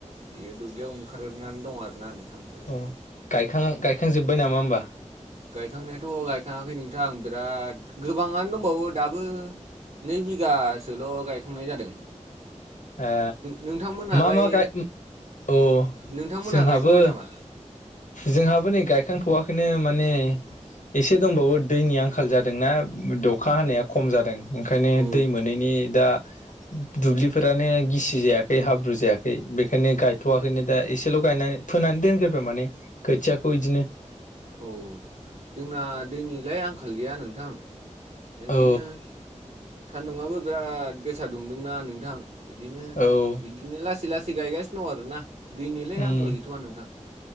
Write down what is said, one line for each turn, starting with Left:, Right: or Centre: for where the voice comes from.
Right: बेयो दुब्लियाव ओंखार नानै दं आरोना नोंथां ओरैनो
Left: अ गायखां गायखां जोब्बाय नामा होमबा?
Right: गायखांनायाथ' गायखाङाखै नोंथां बिराद गोबाङानो दंबावो दाबो नै बिगासेल' गायखांनाय जादों
Left: ए
Right: नोंथांमोनहालाय
Left: मा मा गाय उम अ
Right: नोंथांमोनहा
Left: जोंहाबो
Right: गायखांबाय नामा
Left: जोंहाबो नै गायखांथ'वाखैनो माने एसे दंबावो दैनि आं खाल जादोंना उम दखा हानाया खम जादों ओंखायनो
Right: औ
Left: दै मोनैनि दा दु-दुब्लिफोरानो गिसि जायाखै हाब्रु जायाखै बेखायनो गायथ'वाखैनो दा एसेल' गायनाय फोनानै दोनगोरबाय माने खोथियाखौ इदिनो
Right: औ जोंना दैनिलाय आंखाल गैया नोंथां इदिनो
Left: अ
Right: सान्दुंआबो बिराद गोसा दुंदोंना नोंथां इदिनो
Left: औ
Right: इदिनो लासै लासै गायगास सिन दं आरोना दैनिलाय
Left: उम
Right: आंखाल गैथ'वा नोंथां